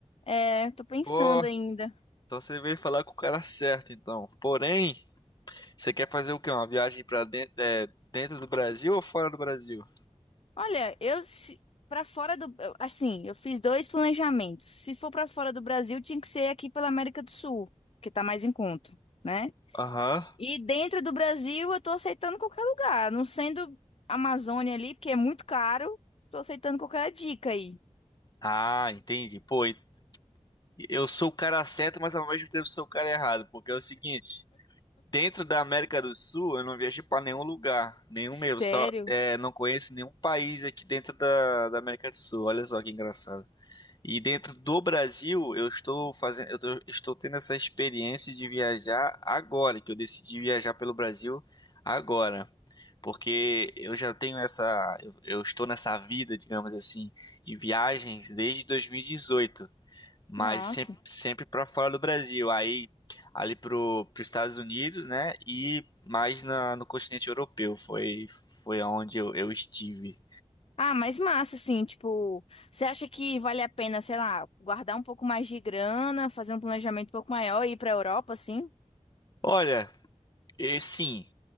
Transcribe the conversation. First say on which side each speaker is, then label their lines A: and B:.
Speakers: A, on the left; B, on the left.
A: É, tô pensando
B: Pô,
A: ainda.
B: então você veio falar com o cara certo, então. Porém, você quer fazer o quê? Uma viagem pra dentro, é, dentro do Brasil ou fora do Brasil?
A: Olha, eu se, para fora do, eu- assim, eu fiz dois planejamentos. Se for pra fora do Brasil, tinha que ser aqui pela América do Sul, que tá mais em conta, né?
B: Aham.
A: E dentro do Brasil, eu tô aceitando qualquer lugar, não sendo Amazônia ali, porque é muito caro. Tô aceitando qualquer dica aí.
B: Ah, entendi. Pô, e- eu sou o cara certo, mas ao mesmo tempo sou o cara errado, porque é o seguinte, dentro da América do Sul, eu não viajei pra nenhum lugar, nenhum
A: Sério?
B: mesmo, só é, não conheço nenhum país aqui dentro da, da América do Sul. Olha só que engraçado. E dentro do Brasil, eu estou fazendo, eu tô- estou tendo essa experiência de viajar agora, que eu decidi viajar pelo Brasil agora. Porque eu já tenho essa, eu, eu estou nessa vida, digamos assim, de viagens desde 2018, mas
A: Nossa.
B: sempre, sempre para fora do Brasil. Aí ali para os Estados Unidos, né? E mais na- no continente europeu. Foi, foi onde eu eu estive.
A: Ah, mas massa, assim, tipo, você acha que vale a pena, sei lá, guardar um pouco mais de grana, fazer um planejamento um pouco maior e ir pra Europa, assim?
B: Olha, e sim.